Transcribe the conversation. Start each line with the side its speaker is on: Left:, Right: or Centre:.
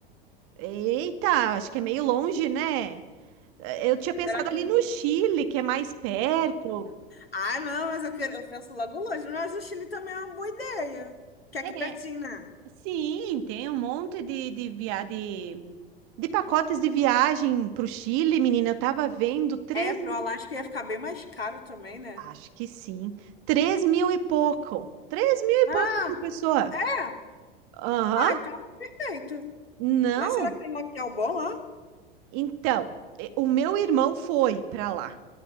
Right: Eita, acho que é meio longe, né? Eu tinha pensado
Left: Será que...
Right: ali no Chile, que é mais perto.
Left: Ah, não, mas eu quero, eu penso logo longe, mas o Chile também é uma boa ideia. Que é
Right: É,
Left: aqui pertinho, né?
Right: sim, tem um monte de, de, via, de De pacotes de viagem pro Chile, menina, eu tava vendo três
Left: É, pro Alasca ia ficar bem mais caro também, né?
Right: Acho que sim. Três mil e pouco. Três mil e
Left: Ah,
Right: pouco por pessoa.
Left: é?
Right: Aham.
Left: Ah, então feito.
Right: Não.
Left: Mas será que tem um hotel bom lá?
Right: Então, e- o meu irmão foi pra lá.